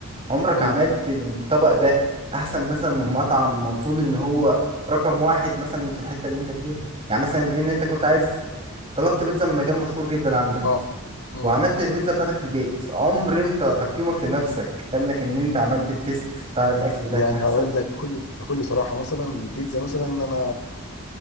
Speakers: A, on the right; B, on the left.
A: عمرك
B: امم
A: عملت الطبق ده أحسن مثلا من مطعم المفروض إن هو رقم واحد مثلا في الحتة اللي أنت فيها يعني مثلا إن أنت كنت عايز طلبت بيتزا من مكان مشهور جدا عندك
B: اه امم
A: وعملت البيتزا بتاعتك في البيت عمر انت تقييمك لنفسك قال لك ان انت عملت التيست بتاع الاكل ده
B: يعني
A: احسن
B: هقول لك بكل بكل صراحة مثلا البيتزا مثلا انا